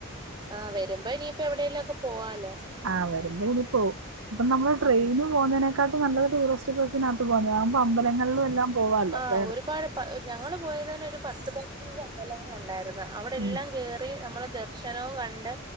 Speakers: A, on the right; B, on the right.
A: ആ വരുമ്പോയിനിപ്പ എവിടെല്ലൊ ക്കെ പോവാലോ.
B: ആ വരുമ്പോയിനി പോവും ഇപ്പം നമ്മള്
A: ഉം
B: ട്രെയിനോ. പോകുന്നതിനെക്കാട്ടി നല്ലത് ടൂറിസ്റ്റു ബസ്സിനാത്തുപോകുന്നതാ അതാവുമ്പോ അമ്പലങ്ങളിലും എല്ലാം പോവാല്ലോ
A: ആ
B: വേറെ
A: ഒരുപാട് പ ഞങ്ങളു പോയതുതന്നെ ഒരു പത്തുപതിനഞ്ചു അമ്പലങ്ങൾ ഒണ്ടായിരുന്നു അവിടെ എല്ലാം
B: ഉം
A: കേ റി നമ്മള് ദർശനവും കണ്ട്.